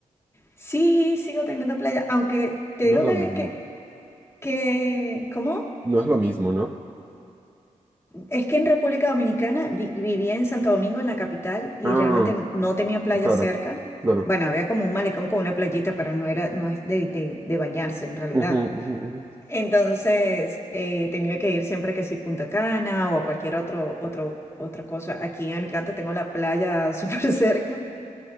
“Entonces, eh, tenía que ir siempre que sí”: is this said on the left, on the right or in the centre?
Left